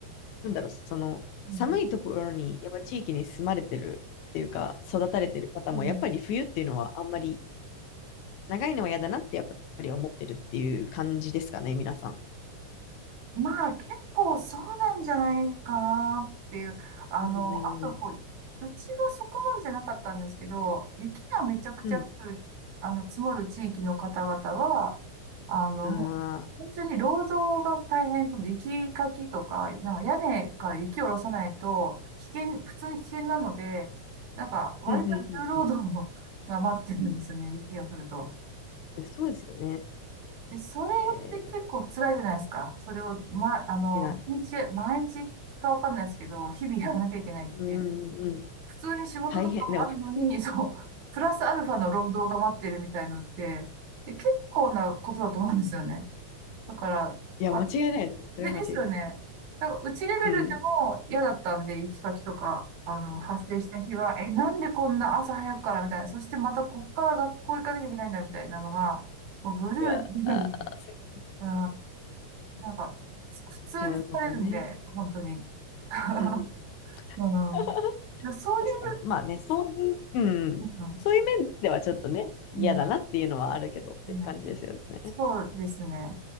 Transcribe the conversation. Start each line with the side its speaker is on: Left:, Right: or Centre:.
Left: なんだろう、その、
Right: うん、
Left: 寒いところに、やっぱ地域に住まれてるっていうか、育たれてる方も、
Right: うん。
Left: やっぱり冬っていうのはあんまり、長いのは嫌だなって、やっぱり思ってるっていう感じですかね、皆さん。
Right: まあ結構そうなんじゃないかなっていう。あの、
Left: うん、
Right: あとこう、うちはそこまでじゃなかったんですけど、雪がめちゃくちゃ降る、
Left: う
Right: あの、積もる地域の方々は、あの、
Left: ん。ああ、
Right: もう、本当に労働が大変、その雪かきとか、なんか屋根から雪を下ろさないと、危険、普通に危険なので、なんか、割と重労働が待ってるんですよね、
Left: うん、うん、うん、うん。
Right: 雪が降ると。
Left: でもそうですよね。
Right: で、それって結構辛いじゃないですか。
Left: え
Right: それを、ま、あの、
Left: ー、いや、
Right: 毎日、毎日かわかんないですけど、日々やらなきゃいけないって、
Left: うん、うん。
Right: 普通に仕事とかもあるのに、
Left: 大変。でも、<laughs>
Right: <laughs> そう、プラスアルファの労働が待ってるみたいのって、で、結構なことだと思うんですよね。だから、
Left: いや、
Right: わ
Left: 間違いないです。それは間違いない。
Right: で、ですよね。なんか、うちレベルでも嫌だったんで、
Left: うん。
Right: 雪かきとか、あの、発生した日は、え、なんでこんな朝早くからみたいな、そしてまたこっから学校行かなきゃいけないんだみたいなのが、もうブルーで、
Left: うわ、
Right: ブルーで、
Left: あー、そ <laughs>
Right: うん。なんか、普通に疲れるんで、
Left: なるほどね。
Right: 本当に。<laughs>
Left: うんうん
Right: うん。だ
Left: <laughs>
Right: からそういう、
Left: 確かに。まあね、そういう、うん。
Right: うん、
Left: そういう面ではちょっとね、嫌だなっていうのはあるけどって感じですよね。
Right: うん、うんそうですね。